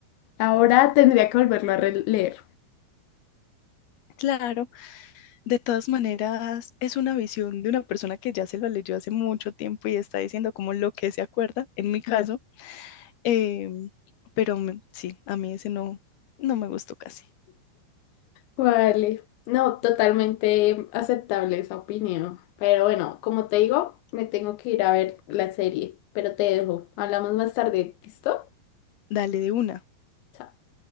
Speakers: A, on the left; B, on the left.
A: Ahora tendría que volverlo a releer.
B: Claro, de todas maneras, es una visión de una persona que ya se lo leyó hace mucho tiempo y está diciendo como lo que se acuerda, en mi caso.
A: Claro.
B: em, pero me- sí, a mí ese no, no me gustó casi.
A: Vale. No, totalmente aceptable esa opinión. Pero bueno, como te digo, me tengo que ir a ver la serie. Pero te dejo. Hablamos más tarde. ¿Listo?
B: Dale de una.
A: Chao.